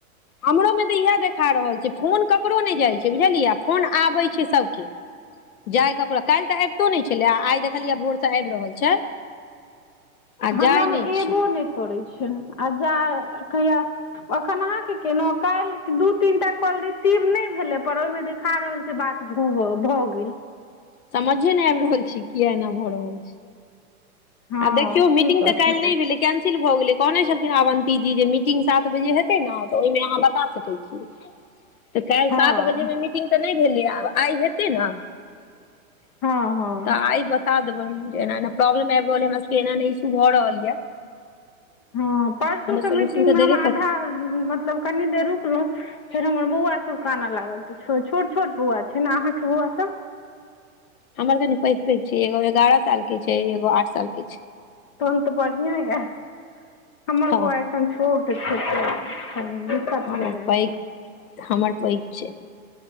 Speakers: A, on the left; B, on the left.
A: हमरो मे तऽ इएह देखा रहल छै, फोन ककरो नै जाइ छै बुझलियै फोन आबै छै सबके। जाइ ककरो काल्हि तऽ ऐबितो नै छलै आ आइ देखलियै भोरसँ आबि रहल छै। आ
B: हमरामे
A: जाय नहि छै
B: एबो नै करै छै आ जा कहिया अखन अहाँ के केेलौं आ काल्हि दू तीनटा कॉल रिसीव नै भेलै पर ओइमे देखा रहल से बात भभ भ गेल।
A: समझे नै आबि रहल छै किए एना भ रहल छै।
B: हँ
A: आब देखियौ मीटिंग
B: की कऽ
A: तऽ काल्हि
B: सकैत
A: नै
B: छी
A: भेलै? कैंसिल भऽ गेलै, कहने छलखिनहें अवन्ती जी जे मीटिंग सात बजे हेतै न तऽ ओइमे अहाँ बता सकै छियै।
B: <inaudible>
A: तऽ काल्हि
B: हँ
A: सात बजेमे मीटिंग तऽ नै भेलै आब आइ हेतै न। <inaudible>
B: हँ हँ
A: तऽ आइ बता देबनि जे एना एना प्रॉब्लम आबि रहल या, हमरा सबके एना एना न इशू भऽ रहल या। या <inaudible>
B: हँ परसुके
A: सोल्यूशन
B: मीटिंगमे
A: तऽ
B: हम
A: देबे
B: आधा
A: करतै
B: मतलब कनी देर रुकलौं। फेर हमर बौआ सब कानऽ लागल त छो छोट छोट बौआ छै ने अहाँके बौआ सब?
A: हमर कनी पैघ पैघ छै, एगो एगारह साल के छै एगो आठ साल के छै।
B: तहन तऽ बढ़ियां या, <inaudible> हमर
A: हँ
B: बौआ एखन छोट छै। <unintelligible>
A: हमर
B: जाइ
A: पैग,
B: छै
A: <inaudible> हमर पैघ छै।